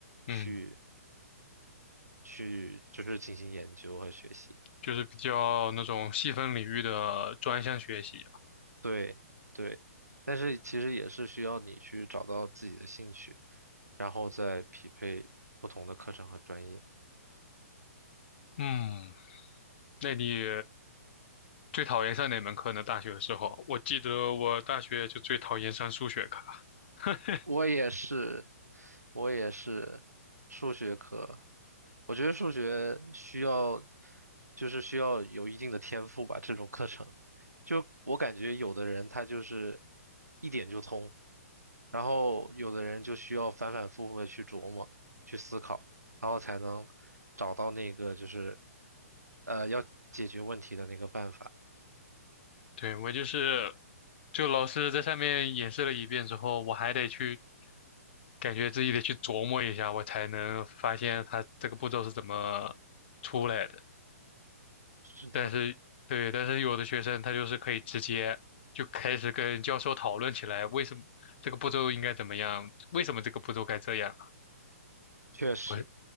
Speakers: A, on the left (about 40°); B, on the right (about 85°).
A: 嗯，
B: 去去就是进行研究和学习。
A: 就是比较那种细分领域的专项学习。
B: 对对，但是其实也是需要你去找到自己的兴趣，然后再匹配不同的课程和专业。
A: 嗯，那你最讨厌上哪门课呢？大学的时候，我记得我大学就最讨厌上数学课。<laughs>
B: 我也是，我也是数学科。我觉得数学需要，就是需要有一定的天赋吧，这种课程。就我感觉有的人他就是一点就通，然后有的人就需要反反复复的去琢磨、去思考，然后才能找到那个就是呃要解决问题的那个办法。
A: 对，我就是，就老师在上面演示了一遍之后，我还得去，感觉自己得去琢磨一下，我才能发现他这个步骤是怎么出来的。
B: 是的，
A: 但是，对，但是有的学生他就是可以直接就开始跟教授讨论起来，为什么这个步骤应该怎么样，为什么这个步骤该这样。
B: 确实，
A: 我